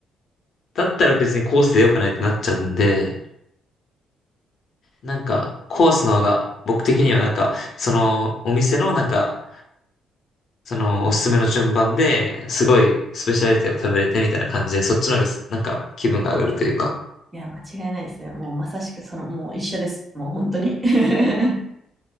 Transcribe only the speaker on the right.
いや、間違いないですね。もうまさしくその、もう一緒です。もう本当に。<laughs>